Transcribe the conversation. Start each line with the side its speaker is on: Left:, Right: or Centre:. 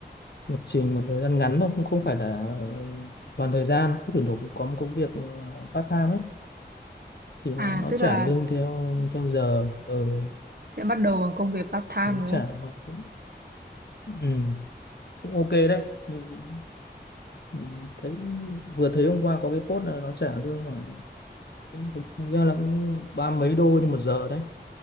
Left: lập trình một thời gian ngắn thôi cũng không phải là ờ, toàn thời gian cứ thử nộp có một công việc ờ, part time ấy thì nó
Right: À
Left: nó
Right: tức
Left: trả
Right: là
Left: lương
Right: s-
Left: theo theo giờ ừ,
Right: sẽ bắt đầu bằng công việc part time
Left: nó
Right: đúng
Left: trả
Right: không?
Left: nó cũng ừ, cũng ok đấy Nhưng- Ừ, thấy vừa thấy hôm qua có cái post là nó trả lương khoảng thực ra là cũng ba mấy đô nhưng một giờ đấy